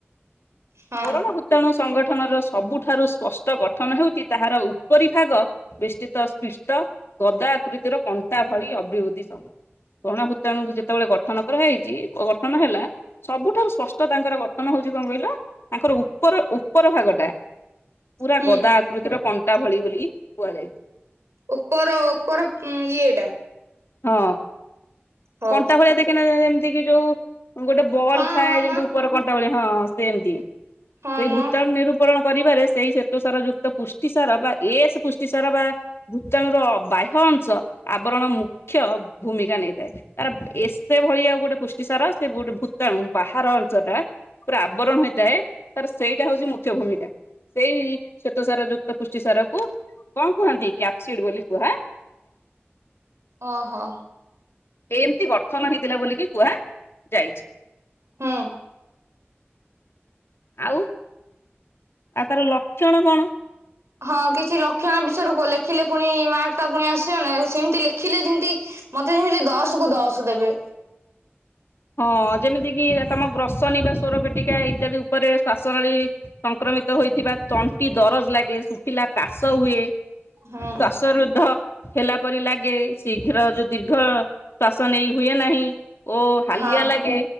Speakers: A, on the right (about 85°); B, on the left (about 65°).
A: ହଁ
B: କୋରଣ ଭୁତ୍ କୀଟଣୁ ସଂଗଠନର ସବୁଠାରୁ ସ୍ପଷ୍ଟ ଗଠନ ହେଉଚି, ତାହାର ଉପରି ଭାଗ ବିଷ୍ଠିତ ସ୍ପିଷ୍ଟ, ଗଦା ଆକୃତିର କଣ୍ଟା ଭଳି ଅଭିବୃଦ୍ଧି ସମୂ କଣା ଭୂତାଣୁଙ୍କୁ ଯେତେବେଳେ ଗଠନ କରାହେଇଚି, ଅ ଗଠନ ହେଲା ସବୁଠାରୁ ସ୍ପଷ୍ଟ ତାଙ୍କର ଗଠନ ହୋଉଛି କଅଁ କହିଲ, ତାଙ୍କର ଉପର ଉପର ଭାଗଟା। ପୁରା
A: ହୁଁ।
B: ଗଦା ଆକୃତିର କଣ୍ଟା ଭଳି ବୋଲି କୁହାଯାଇଛି।
A: ଉପର ଓପର ଇଏ ଟା।
B: ହଁ।
A: ହଉ।
B: କଣ୍ଟା ଭଳିଆ ଦେଖିନା ଏମତିକି ଯୋଉ ଗୋଟେ ବଲ୍
A: ହଁ
B: ଥାଏ
A: ହଁ
B: ଯେମିତି
A: ମା
B: ଉ ଉପର କଣ୍ଟା ଭଳିଆ ହଁ ସେମତି।
A: ହଁ
B: ସେଇ
A: ମ
B: ଭୂତାଣୁ ରୁ ଉପରଣ କରିବାରେ ସେଇ ଶ୍ୱେତସାର ଯୁକ୍ତ ପୁଷ୍ଟିସାର ବା ଏସ୍ ପୁଷ୍ଟିସାର ବା ଭୂତାଣୁ ର ବାହ୍ୟ ଅଂଶ, ଆବରଣ ମୁଖ୍ୟ ଭୂମିକା ନେଇଥାଏ। ତାର ଏସ୍ପେ ଭଳିଆ ଗୋଟେ ପୁଷ୍ଟିସାର ସେ ଗୋଟେ ଭୂତାଣୁ ବାହାର ଅଂଶ ଟା ପୁରା ଆବରଣ ହେଇଥାଏ ତାର ସେଇଟା ହଉଚି ମୁଖ୍ୟ ଭୂମିକା। ସେଇ ଶ୍ଵେତସାର ଯୁକ୍ତ ପୁଷ୍ଟିସାର କୁ କଣ କୁହନ୍ତି, କ୍ୟାପସିଡ୍ ବୋଲି କୁହା
A: ଓ ହ।
B: ଏମତି ଗଠନ ହେଇଥିଲା ବୋଲିକି କୁହା ଯାଇଚି।
A: ହୁଁ।
B: ଆଉ ଆଉ ତାର ଲକ୍ଷଣ କଣ?
A: ହଁ କିଛି ଲକ୍ଷଣ ବିଷୟର କୁ ଲେଖିଲେ ପୁଣି ମାର୍କ ଟା ପୁଣି ଆସିବ ନା। ସେମତି ଲେଖିଲେ ପୁଣି ଯେମତି ମତେ ଯେମିତି ଦଶ କୁ ଦଶ ଦେବେ।
B: ହଁ। ଯେମିତି କିି ତମ ଗ୍ରସନୀ ବା ସ୍ୱର ପେଟିକା ଇତ୍ୟାଦି ଉପରେ ଶ୍ଵାସନଳୀ ସଂକ୍ରମିତ ହୋଇଥିବା ତଣ୍ଟି ଦରଜ୍ ଲାଗେ, ଶୁଖିଲା କାଶ ହୁଏ।
A: ହୁଁ
B: ଶ୍ୱାସରୁଦ୍ଧ ହେଲା ପରି ଲାଗେ। ଶୀଘ୍ର ଯୋଉ ଦୀର୍ଘ ଶ୍ଵାସ ନେଇ ହୁଏ ନାହିଁ। ଓ ହାଲିଆ
A: ହଁ
B: ଲାଗେ।